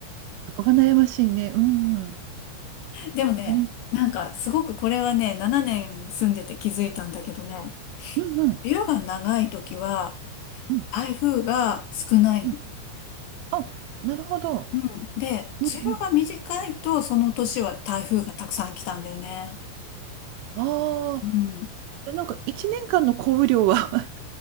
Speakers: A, on the right (about 80°); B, on the left (about 70°).
A: そこが悩ましいね、うん。う
B: でもね、
A: ん
B: なんかすごくこれはね、7年住んでて気づいたんだけどね、
A: うんうん。
B: 梅雨が長い時は
A: うん
B: 台風が少ないの。
A: うんあ、なるほど。
B: うん。で、梅雨が短いとその年は台風がたくさん来たんだよね。
A: うんうんああ、
B: うん。
A: じゃあなんか一年間の降雨量は <laughs>